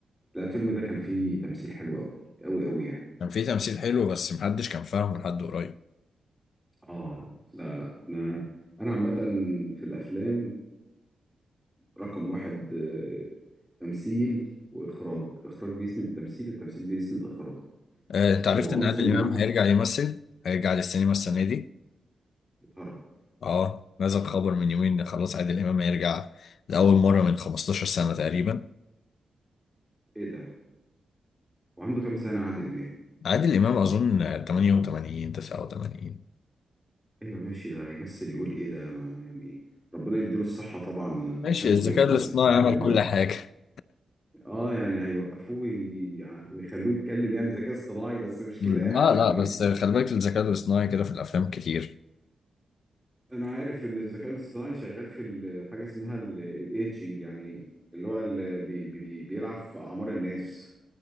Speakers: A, in the centre; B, on the left.
A: لا الفيلم ده كان فيه تمثيل حلو قوي قوي قوي يعني
B: كان في تمثيل حلو بس محدش كان فاهمه لحد قريب
A: اه لا لا انا انا عامة في الافلام رقم واحد آه، تمثيل وإخراج إخراج بيسند التمثيل والتمثيل بيسند الإخراج
B: آه، انت
A: لو
B: عرفت
A: عنصر
B: ان عادل
A: من
B: امام
A: واحد
B: هيرجع يمثل هيرجع للسينما السنه دي
A: بيتهرب
B: اه نزل خبر من يومين ان خلاص عادل امام هيرجع لاول مره من 15 سنه تقريبا
A: إيه ده وعنده كام سنة عادل إمام
B: عادل امام اظن 88 89
A: أيوة ماشي ده هيمثل يقول إيه ده ما يعني ربنا يديله الصحة طبعا أنا
B: ماشي
A: بحبه
B: الذكاء
A: جدا
B: الاصطناعي
A: بس عادل
B: عمل
A: إمام
B: كل حاجه
A: آه يعني هيوقفوه وي- ويخلوه يتكلم يعني ذكاء اصطناعي بس مش كده
B: لا
A: يعني
B: لا
A: <laughs>
B: بس خلي بالك الذكاء الاصطناعي كده في الافلام كتير
A: أنا عارف إن الذكاء الاصطناعي شغال في ال- حاجة اسمها الإيدجينج يعني اللي هو اللي بي بي بيلعب في أعمار الناس